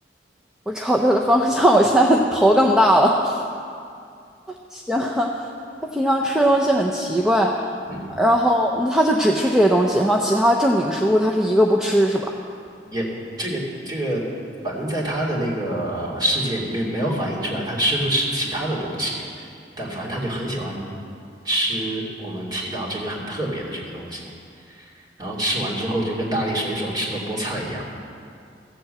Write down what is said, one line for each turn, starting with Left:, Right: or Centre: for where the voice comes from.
Centre: 我找对了方向，我现在头更大了。行，<laughs> 他平常吃的东西很奇怪，
Right: 嗯，
Centre: 然后他就只吃这些东西，然后其他正经食物他是一个不吃，是吧？
Right: 也这个这个，反正在他的那个世界里面，没有反映出来他吃不吃其他的东西，但反正他就很喜欢吃我们提到这个很特别的这个东西。然后吃完之后，就跟大力水手吃的菠菜一样。